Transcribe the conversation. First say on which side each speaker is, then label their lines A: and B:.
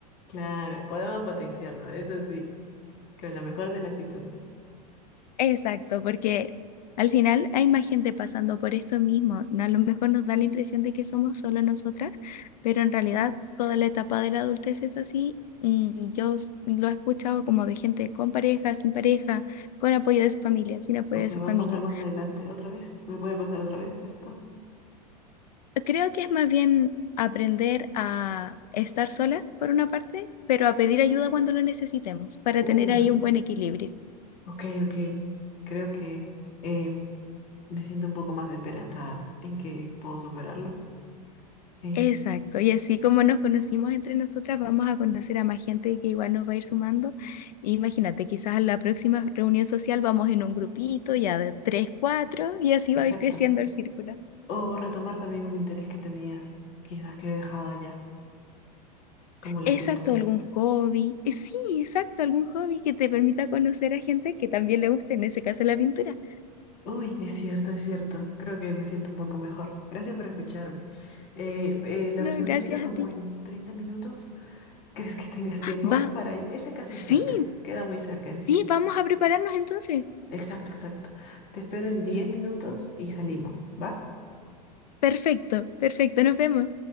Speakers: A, on the left; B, on the left.
A: Claro, podemos potenciarnos, eso sí, con la mejor de la actitud.
B: exacto, porque al final hay más gente pasando por esto mismo. A lo mejor nos da la impresión de que somos solo nosotras, pero en realidad toda la etapa de la adultez es así. Mm, Yo s- lo he escuchado como de gente con pareja, sin pareja, con apoyo de su familia, sin apoyo
A: O sea,
B: de su
A: ¿va
B: familia.
A: a pasar más adelante otra vez? ¿Me puede pasar otra vez esto?
B: Creo que es más bien aprender a estar solas por una parte, pero a pedir ayuda cuando lo necesitemos para
A: Uy,
B: tener ahí un buen equilibrio.
A: ok, ok. Creo que eh, me siento un poco más esperanzada en que puedo superarlo. Eh,
B: Exacto, y así como nos conocimos entre nosotras, vamos a conocer a más gente que igual nos va a ir sumando. Imagínate, quizás la próxima reunión social vamos en un grupito ya de tres, cuatro, y así
A: exacto.
B: va a ir creciendo el círculo.
A: O retomar también un interés que tenía, quizás que he dejado allá, como la
B: Exacto,
A: pintura.
B: algún hobby. Eh, Sí, exacto, algún hobby que te permita conocer a gente que también le guste, en ese caso la pintura.
A: Uy, es cierto, es cierto. Creo que me siento un poco mejor. Gracias por escucharme. Eh, eh, la
B: No,
A: reunión
B: gracias
A: empieza como
B: a ti.
A: en 30 minutos. <laughs> ¿Crees que tengas tiempo
B: Va,
A: para ir? Es la casa
B: Sí,
A: cerca. Queda muy cerca en sí.
B: sí, vamos a prepararnos entonces.
A: Exacto, exacto. Te espero en 10 minutos y salimos, ¿va?
B: Perfecto, perfecto, nos vemos.